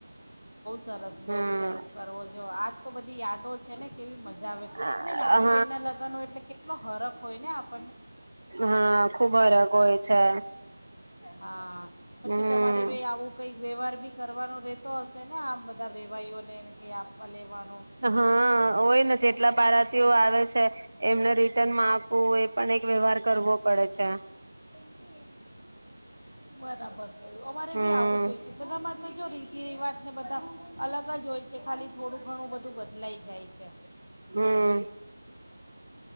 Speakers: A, on the left; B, on the right.
A: સરસ
B: હમ
A: બઉ સરસ કરવો જો આજ તો બધી યાદો છે ને કેવી મજા આવે
B: હા
A: અને નાની બેહેન ના લગ્નો એટલે કેટલો હરખ હોય ને આપ
B: હા ખુબ હરાગ હોય છે
A: હા પછી
B: હમ
A: તમારે ભ આવું કઈ વ્યવહાર બી કરવાનો રેતો હશે ને આમ બ બધા વેવાઓને એને ક આપવા લેવા
B: હા હોય ને જેટલા બારાતીઓ આવે છે એમને રિટર્ન મા આપવું એ પણ એક વ્યવહાર કરવો પડે છે
A: <inaudible> બરાબર અમારે
B: હમ
A: બી આવું જોઈ છે બધા માં જો રીતિ રિવાજને બધા અલગ જ હોય છે ખાલી થોડું ઘણું બધું લઈ જાય છે.
B: હમ